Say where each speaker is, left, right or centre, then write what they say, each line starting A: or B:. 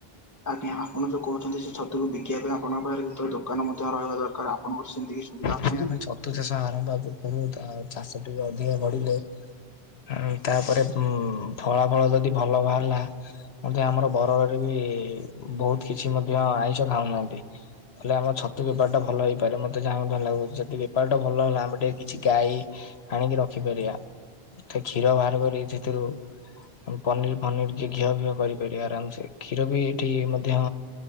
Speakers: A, on the left; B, on the left.
A: ଆଜ୍ଞା ଆପଣ ଯୋଉ କହୁଛନ୍ତି ସେ ଛତୁକୁ ବିକିବା ପାଇଁ ଆପଣଙ୍କ ପାଖରେ ତ ଦୋକାନ ମଧ୍ୟ ରହିବା ଦରକାର ଆପଣଙ୍କର ସେ <unintelligible> ସୁବିଧା ଅଛନ୍ତି
B: ଯଦି ଆମେ
A: କି?
B: ଛତୁ ଚାଷ ଆରମ୍ଭ ପୂର୍ବରୁ ତା ଚାଷ ଟିକେ ଅଧିକ ବଢ଼ିଲେ ହୁଁ ତାପରେ ଉଁ ଫଳା ଫଳ ଯଦି ଭଲ ବାହାରିଲା ମଧ୍ୟ ଆମର ବରଗଡ଼ ରେ ବି ବହୁତ୍ କିଛି ମଧ୍ୟ ଆଇଁଷ ଖାଉନାହାନ୍ତି। ହେଲେ ଆମ ଛତୁ ବେପାରଟା ଭଲ ହେଇପାରେ ମ ମତେ ଯାହା ଭଲ ଲାଗୁଛି ଯଦି ବେପାର ଟା ଭଲ ହେଲା ଆମେ ଟିକେ କିଛି ଗାଈ ଆଣିକି ରଖିପାରିବା। ସ <unintelligible> କ୍ଷୀର ବାହାର କରି ସେଥିରୁ ପନିର୍ ଫନିର୍ କିଏ ଘିଅ <unintelligible> କରି କରି ଆରାମସେ କ୍ଷୀର ବି ଏଠି ମଧ୍ୟ